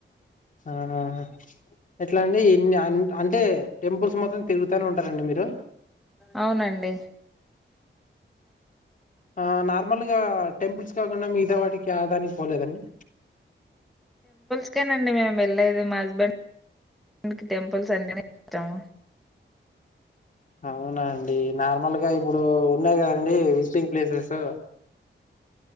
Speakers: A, on the left (about 40°); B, in the centre.
A: ఆహా ఎట్ల అండి ఇన్ని అంటే టెంపుల్స్ మాత్రం తిరుగు తానే ఉంటారా మీరు
B: అవునండి
A: ఆ నార్మల్గా టెంపుల్స్ కాకుండా మిగతా వాటికి ఏదానికి పోలేదా అండి
B: అంతేనండి మేము వెళ్లేది మా హస్బెండ్ ఆయనకి టెంపుల్స్ అంటే నే ఇష్టం
A: అవునా అండి నార్మల్ గా ఇప్పుడు ఉన్నాయి కదండి విజిటింగ్ ప్లేసెస్